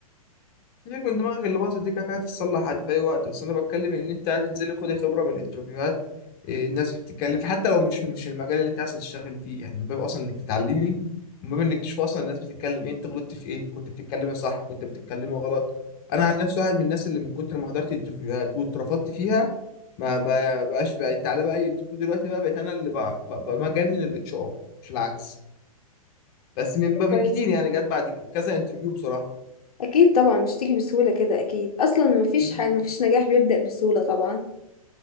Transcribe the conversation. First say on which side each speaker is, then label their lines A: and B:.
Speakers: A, on the left (about 40°); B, on the left (about 80°).
A: سيبك من دماغك اللي باظت دي كده كده هتتصلح عادي في اي وقت بس انا بتكلم ان انت عايز تنزلي خدي خبره من الانترفيوهات إيه، الناس دي بتتكلم في- حتى لو مش مش المجال اللي انت عايز تشتغلي فيه يعني من باب اصلا انك تتعلمي من باب انك تشوف اصلا الناس بتتكلم ايه انت غلطت في ايه كنت بتتكلمي صح كنت بتتكلمي غلط انا عن نفسي واحد من الناس اللي من كتر ما حضرت انترفيوهات واترفضت فيها ما بقى- بقاش بقى تعالى بقى اي انترفيو دلوقتي بقى بقيت انا اللي بقى بقى بقى بجنن الاتش ار مش العكس بس من من
B: كويس
A: كتير يعني جت بعد كذا انترفيو بصراحه
B: اكيد طبعا مش تيجي بسهوله كده اكيد اصلا مفيش
A: مم،
B: ح... مفيش نجاح بيبدا بسهوله طبعا